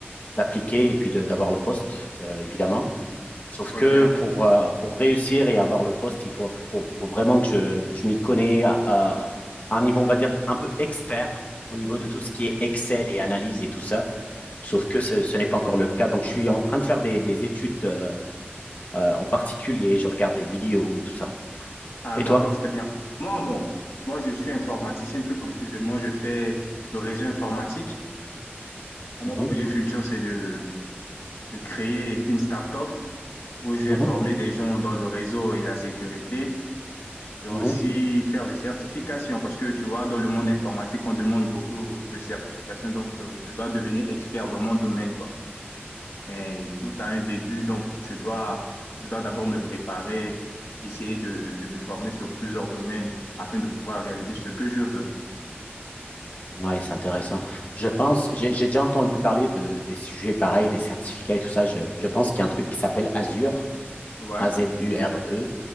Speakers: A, on the left; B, on the left.
A: d'appliquer et puis de- d'avoir le poste, euh, évidemment. Sauf
B: ok.
A: que pour, euh, pour réussir et avoir le poste, il faut, faut, faut vraiment que je, je m'y connais à, à un niveau, on va dire, un peu expert au niveau de tout ce qui est Excel et analyse et tout ça. Sauf que ce, ce n'est pas encore le cas. Donc, je suis en train de faire des, des études euh, euh, en particulier. Je regarde des vidéos et tout ça.
B: Ah
A: Et
B: d'accord,
A: toi?
B: c'est bien. Moi, bon, moi je suis informaticien, plus précisément, je fais le réseau informatique. Mon
A: Mhm,
B: projet futur, c'est de, de créer une start-up où j'ai
A: mhm,
B: formé des gens dans le réseau et la sécurité, et aussi
A: mhm,
B: faire des certifications, parce que tu vois, dans le monde informatique, on demande beaucoup de certifications, donc euh, je dois devenir expert dans mon domaine, quoi. Mais tout a un début, donc je dois, je dois d'abord me préparer, essayer de, de me former sur plusieurs domaines afin de pouvoir réaliser
A: mhm.
B: ce que je veux.
A: Ouais, c'est intéressant. Je pense, j'ai j'ai déjà entendu parler de, des sujets pareils, des certificats et tout ça. Je, je pense qu'il y a un truc qui s'appelle Azure,
B: Ouais,
A: A-Z-U-R-E.